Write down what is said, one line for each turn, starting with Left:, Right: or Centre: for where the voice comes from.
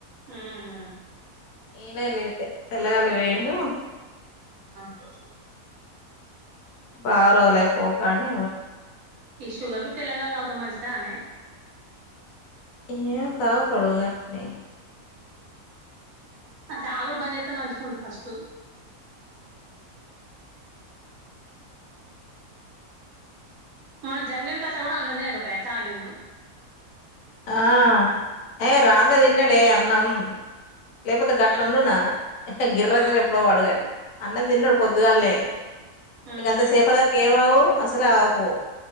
Right: హ్మ్
Left: ఈయనేలేట్ తెల్లగాలిపోయిండు
Right: అచ్
Left: బ ఆరవలే పోకని
Right: ఈ షుగర్ లు తెల్లగల అలావుతా మంచిద అనే
Left: ఇ కావు సడ కనీ
Right: అతాగుడుబంద్ చెత మంచిగుంట పస్ట్ మన జంగడ్ కథ కూడా అన్నంతినకప తా గిండు
Left: ఆ ఏ రాంగదిన్నడే అన్నం లేకపోతే గట్లు
Right: ఆ
Left: ఉండున్న గిర్రంనితిరిగి
Right: ఆ
Left: ఎప్పుడో పడుగాని అన్నం తిన్నాడు పొద్దుగాల్లే
Right: ఉమ్
Left: ఇకంత సేపటి దక ఏమ ఆగు అసలే ఆకు